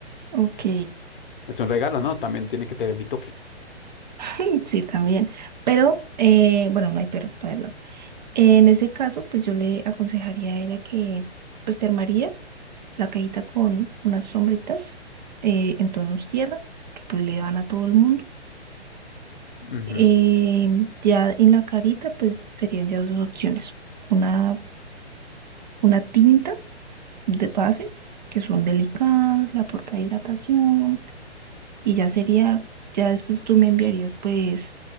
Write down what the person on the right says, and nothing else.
Ok,
<laughs> sí, también. Pero, eh, bueno, no hay pero, perdón. En ese caso, pues yo le aconsejaría a ella que pues te armaría la cajita con unas sombritas eh, en tonos tierra, que pues le van a todo el mundo.
Eh, ya en la carita, pues serían ya dos opciones. Una, una tinta de base, que son delicadas, la porta hidratación, y ya sería, ya después tú me enviarías pues